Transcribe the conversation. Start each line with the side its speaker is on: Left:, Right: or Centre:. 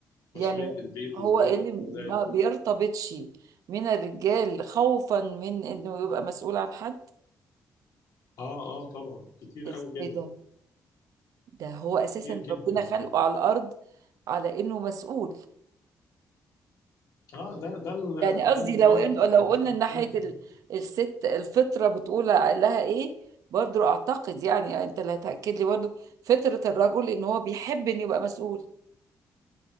Right: يعني
Left: مسؤوليه البيت
Right: هو
Left: والزوجه
Right: إيه اللي
Left: والاولاد
Right: ما بيرتبطش من الرجال خوفا من انه يبقى مسؤول عن حد
Left: اه اه طبعا كتير
Right: ازاي
Left: قوي كده
Right: ده ده هو اساسا
Left: كتير جدا
Right: ربنا
Left: يعني
Right: خلقه على الارض على انه مسؤول
Left: اه ده ده ال-
Right: يعني قصدي
Left: ده المنطق
Right: لو إن لو
Left: وده
Right: قلنا من ناحية
Left: ده ال-
Right: ال- الست الفطرة بتقول لها ايه برضو اعتقد يعني يعني انت اللي هتأكد لي برضو فطرة الرجل ان هو بيحب ان يبقى مسؤول